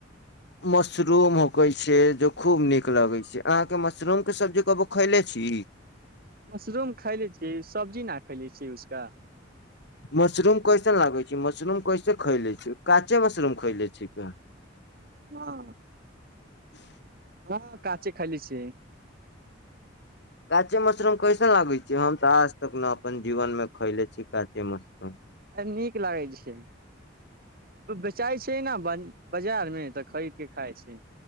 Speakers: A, on the left; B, on the right.
A: मशरूम होकै छै जे खूब नीक लगै छै अहाँके मशरूमके सब्जी कहबौ खैले छी
B: मशरूम खैले छियै सब्जी न खैले छियै उसका
A: मशरूम कैसन लागै छै मशरूम कैसे खैले छी काँचे मशरूम खैले छी प
B: हँ
A: ह
B: ह काँचे खयले छियै
A: कांचे मशरूम कैसन लागे छै हम तऽ आज तक ने अपन जीवन मे खैले छी काँचे मशरूम
B: नीक लागै छै बेचाइ छै ने ब बाजारमे तऽ खरीद कऽ खाइ छै